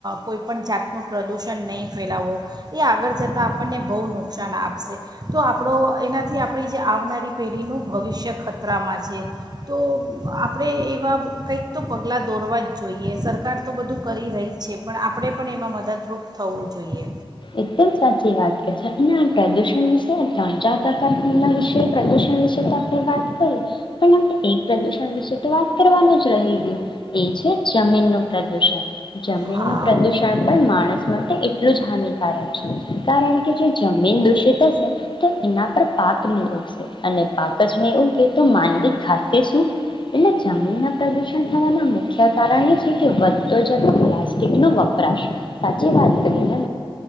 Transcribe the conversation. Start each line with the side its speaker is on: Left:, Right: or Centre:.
Right: કોઈપણ જાતનું પ્રદૂષણ નહીં ફેલાવો એ આગળ જતાં આપણને બહુ નુકસાન આપશે તો આપણો એનાથી આપણી જે આવનારી પેઢીનું ભવિષ્ય ખતરામાં છે. તો આપણે એવા કંઈક તો પગલાં દોરવા જ જોઈએ સરકાર તો બધું કરી રહી છે. પણ આપણે પણ એમાં મદદરૂપ થવું જોઈએ.
Left: એકદમ સાચી વાત કે અને આ પ્રદુષણ વિશે ત્રણ ચાર પ્રકારના વિશે પ્રદુષણ વિશે તો આપણે વાત કરી પણ આપણે એક પ્રદૂષણ વિશે તો વાત કરવાનું જ રહી ગયું એ છે જમીનનું પ્રદુષણ જમીનનું
Right: હા
Left: પ્રદૂષણ પણ માણસ માટે <unintelligible> <unintelligible> કારણ કે જો જમીન દૂષિત હશે તો એના પર પાક નહી ઉગશે અને પાક જ નહી ઉગે તો માંનડવી ખાશે શું? એટલે જમીન ના પ્રદુષણ થવાના મુખ્ય કારણ એ છે કે વધતો જતો પ્લાસ્ટિક નો વપરાશ સાચી વાત કરી ને.